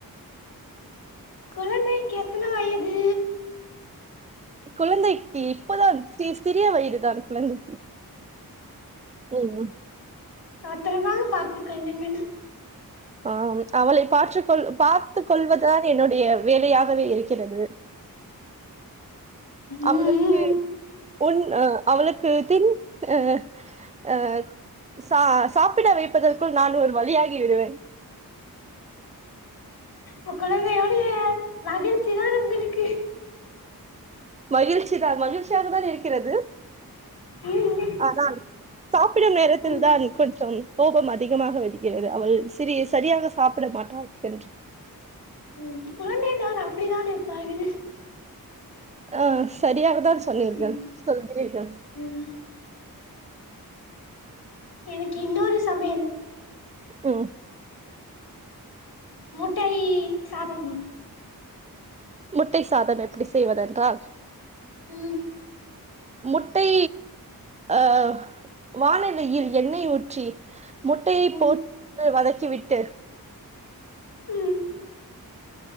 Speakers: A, on the left (about 85°); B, on the right (about 20°).
A: குழந்தைக்கு எத்தன வயது
B: குழந்தை இப்பதான் சி சிறிய வயது தான் கொழந்தைக் ஓ ஒ
A: பத்தரமாக பார்த்து கொள்ளுங்கள்
B: ஆஹ் அவளை பார்த்துக்கொள் பார்த்து கொள்வதுதாக என்னுடைய வேலையாகவே இருக்கிறது அவளுக்கு
A: ம் ம்
B: உன் அவளுக்கு தின் அஹ அஹ் ச சாப்பிட வைப்பதற்குள் நான் ஒரு வழியாகி விடுவேன்
A: அ கொழந்தையோடைய மகிழ்ச்சிதான் உங்களுக்கு
B: மகிழ்ச்சி தான் மகிழ்ச்சியாக தான் இருக்கிறது
A: ம் ம்
B: ஆனால் சாப்பிடும் நேரத்தில்
A: ம்
B: தான் கொஞ்சம் கோபம் அதிகமாக வருகிறது அவள் சிறி சரியாக சாப்பிட மாட்டாள் என்று
A: உம் குழந்தை தான் அப்படித்தான் இருப்பாள்
B: ஆஹ் சரியாக த சொன்னிர்கள்
A: ம்
B: <unintelligible>
A: ம் எனக்கு இன்னொரு சமயம்
B: உம்
A: முட்டை சாதம்
B: முட்டை சாதம் எப்டி செய்வதென்றா
A: ம்
B: முட்டை ஆஹ் வானிலையில் எண்ணெய் ஊற்றி முட்டையை
A: ம்
B: போட்டு வதக்கிவிட்டு
A: ம்